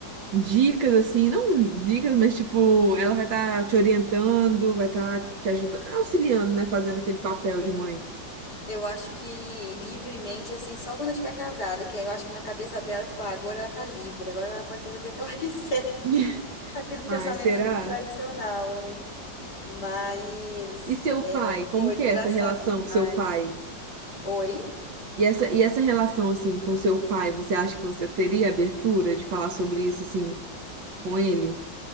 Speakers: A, on the right (about 85°); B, on the left (about 60°).
A: dicas, assim, não dicas, mas, tipo, ela vai estar te orientando, vai estar te ajudando, auxiliando, né? Fazendo aquele papel de mãe.
B: Eu acho que livremente, assim, só quando eu estiver casada, que aí eu acho que na cabeça dela, tipo, ah, agora ela tá livre, agora ela pode fazer o que ela <laughs> quiser.
A: <laughs>
B: Aquele pensamento
A: Ai, será?
B: super tradicional, né? Mas
A: E seu pai? Como
B: foi
A: que é
B: engraçado
A: essa relação
B: demais.
A: com seu pai?
B: Oi?
A: E essa, e essa relação, assim, com seu pai, você acha que você teria abertura de falar sobre isso, assim, com ele?